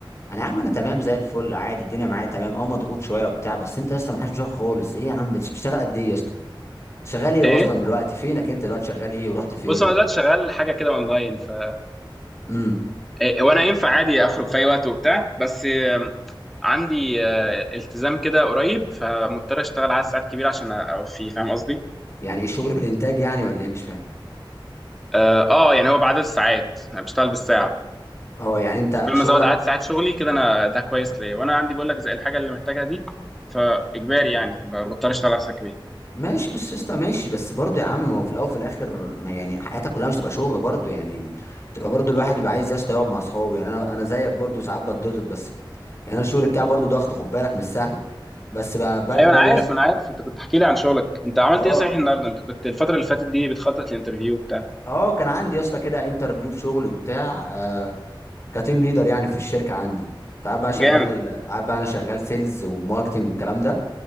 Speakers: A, on the left; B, in the centre.
A: انا يا عم انا تمام زي الفل عادي الدنيا معايا تمام اه مضغوط شويه وبتاع بس انت يا اسطى ما حدش بيشوفك خالص ايه يا عم بتش- بتشتغل قد ايه يا اسطى شغال ايه
B: ايه
A: اصلا دلوقتي فينك انت دلوقتي شغال ايه ورحت فين
B: بص
A: ولا
B: انا دلوقتي شغال حاجه كده اونلاين ف
A: امم
B: إيه، وانا ينفع عادي اخرج في اي وقت وبتاع بس آم، عندي آه، التزام كده قريب فمضطر اشتغل عدد ساعات كبير عشان اوفي فاهم قصدي
A: يعني ايه الشغل بالانتاج يعني ولا ايه مش فاهم
B: اه آه، يعني هو بعدد الساعات انا بشتغل بالساعه
A: اه يعني انت
B: فكل
A: شغلك
B: ما ازود عدد ساعات شغلي كده انا ده كويس ليا وانا عندي بقول لك زي الحاجه اللي محتاجها دي فاجباري يعني بضطر اشتغل على ساعات كبيره
A: ماشي بص يا اسطى ماشي بس برضه يا عم هو في الاول وفي الاخر ما يعني حياتك كلها مش تبقى شغل برضه يعني ال- تبقى برضه الواحد بيبقى عايز يا اسطى يقعد مع اصحابه يعني انا انا زيك برضه ساعات بتضغط بس يعني انا الشغل بتاعي برضه ضغط خد بالك مش سهل بس ب- ب-
B: ايوه
A: باجي
B: انا عارف
A: يا اسطى
B: انا عارف انت كنت تحكي لي عن شغلك انت عملت
A: اه
B: ايه صحيح النهارده انت كنت الفتره اللي فاتت دي بتخطط لانترفيو بتاع
A: اه كان عندي يا اسطى كده انترفيو في شغلي وبتاع آه كتيم ليدر يعني في الشركه عندي تعب بقى شغال
B: جامد
A: قاعد بقى انا شغال سيلز وماركتنج والكلام ده